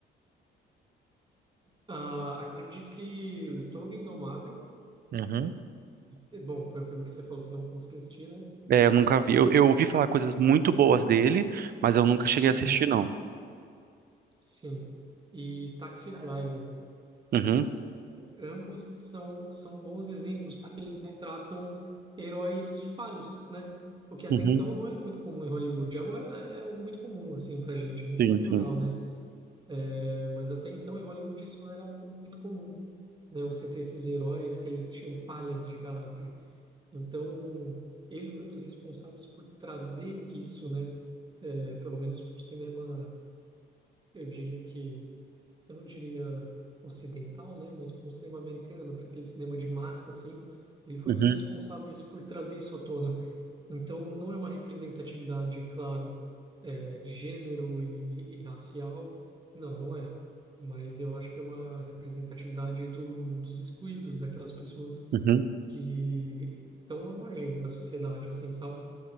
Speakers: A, on the right; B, on the right.
A: Ah, acredito que o Toro Indomável.
B: Uhum.
A: e, Bom, foi o filme que você falou que não conseguiu assistir, né?
B: É, eu nunca vi. Eu, eu ouvi falar coisas muito boas dele, mas eu nunca cheguei a
A: Uhum,
B: assistir, não.
A: sim. E Taxi Driver.
B: Uhum,
A: Ambos são, são bons exemplos porque eles retratam heróis falhos, né? O que até
B: uhum,
A: então não era muito comum em Hollywood. Agora é algo muito comum, assim, pra gente, muito
B: sim,
A: natural,
B: sim.
A: né? É, Mas até então em Hollywood isso não era algo muito comum, né? Você ter esses heróis que eles tinham falhas de caráter. Então, ele foi um dos responsáveis por trazer isso, né? É, pelo menos para o cinema, eu diria que, eu não diria ocidental, né? Mas para o cinema americano, para aquele cinema de massa, assim, ele foi
B: Uhum,
A: um dos responsáveis por trazer isso à tona. Então, não é uma representatividade, claro, é, de gênero e, e racial, não, não é. Mas eu acho que é uma representatividade do, dos excluídos, daquelas pessoas
B: uhum.
A: que estão à margem da sociedade, assim, sabe?